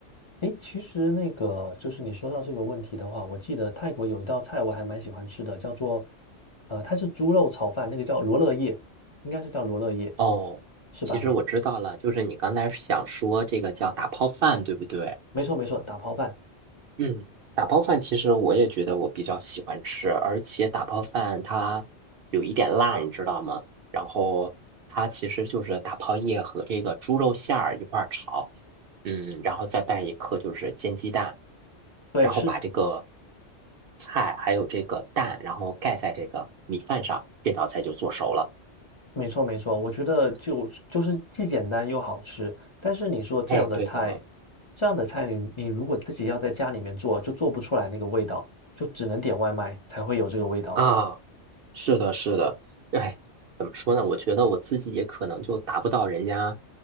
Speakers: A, on the left (about 30°); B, on the right (about 60°).
A: 诶，其实那个就是你说到这个问题的话，我记得泰国有一道菜我还蛮喜欢吃的，叫做呃，它是猪肉炒饭，那个叫罗勒叶，应该是叫罗勒叶，
B: 哦，
A: 是吧？
B: 其实我知道了，就是你刚才想说这个叫打泡饭，对不对？
A: 没错没错，打抛饭，
B: 嗯，打泡饭其实我也觉得我比较喜欢吃，而且打泡饭它有一点辣，你知道吗？然后它其实就是打泡叶和这个猪肉馅儿一块儿炒，嗯，然后再带一颗就是煎鸡蛋，
A: 对，
B: 然后把这个
A: 是
B: 菜还有这个蛋，然后盖在这个米饭上，这道菜就做熟了。
A: 没错没错。我觉得就就是既简单又好吃，但是你说这样的菜，
B: 哎，对的。
A: 这样的菜你你如果自己要在家里面做，就做不出来那个味道，就只能点外卖才会有这个味道。
B: 啊，是的，是的，哎，怎么说呢？我觉得我自己也可能就达不到人家，